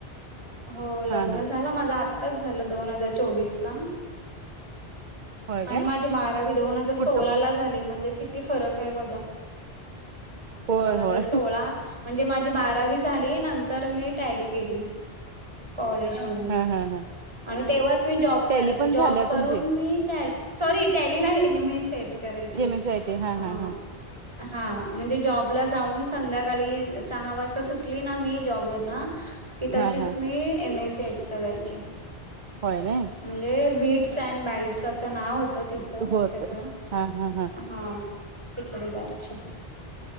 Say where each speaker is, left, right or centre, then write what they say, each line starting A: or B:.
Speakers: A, on the right; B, on the right.
A: हो लग्न
B: हा हा
A: झाला माझा आ त्ताच झालं दोन हजार चोवीस ला.
B: होय
A: आणि
B: काय
A: माझी बारावी दोन हजार सोलाला
B: कुठ
A: झाली, म्हणजे किती फरक आहे बघा.
B: होय
A: दोन हजार
B: होय
A: सोळा, म्हणजे माझी बारा रावी झाली. नंतर मी टॅली केली कॉलेज होउन.
B: हा हा हा
A: आणि तेव्हाच मी जॉब
B: टॅली
A: करायची,
B: पण
A: जॉब
B: झाल्या
A: करून
B: तुमची
A: मी ट्या सॉरी टॅली नाही, M S C I T करायची
B: M S C I T हा
A: अ
B: हा हा
A: हा म्हणजे जॉबला जाऊन, संध्याकाळी सहा वाजता सुटली ना मी जॉबवरुन की तशीच
B: हा हा
A: मी, M S C I T ला जायची.
B: होय ना
A: म्हणजे बिट्स अँड बाईट्स अस नाव होतं तिचं
B: होत
A: त्याचं,
B: हा हा
A: हा तिकडे जायची.